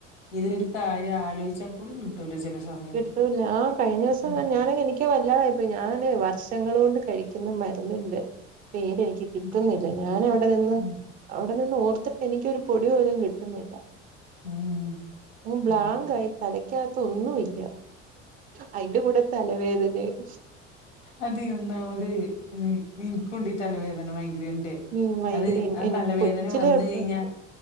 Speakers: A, on the left; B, on the right.
A: ഇത്
B: ഉം
A: ഒരു കാര്യം ആലോചിച്ചാൽ പോലും കിട്ടൂലോ ചില സമയത്ത്
B: കിട്ടൂല്ല ആ കഴിഞ്ഞ ദിവസം
A: ഉം
B: ഞാൻ എനിക്ക് വല്ലാതായിപ്പോയി ഞാന് വർഷങ്ങൾ കൊണ്ട് കഴിക്കുന്ന മരുന്നുണ്ട് പേര് എനിക്ക് കിട്ടുന്നില്ല
A: ഉം
B: ഞാൻ അവിടെ നിന്ന്
A: ഉം
B: അവിടെ നിന്ന് ഓർത്തിട്ട് എനിക്കൊരു പൊടി പോലും കിട്ടുന്നില്ല
A: ഉം
B: ബ്ലാങ്ക്
A: ഉം
B: ആയി തല ലക്കകത്ത് ഒന്നുമില്ല അതിന്റെ കൂടെ തലവേദനയും
A: അത ഒന്നാമത് എനക്കും ഉണ്ടീ തലവേദന മയി ണ്ട്
B: ഉം മൈഗ്രേൻ
A: അത് ആ
B: എനിക്ക്
A: തലവേദന
B: കൊച്ചിലെ
A: വന്ന
B: തൊട്ടുണ്ട്
A: കഴിഞ്ഞാ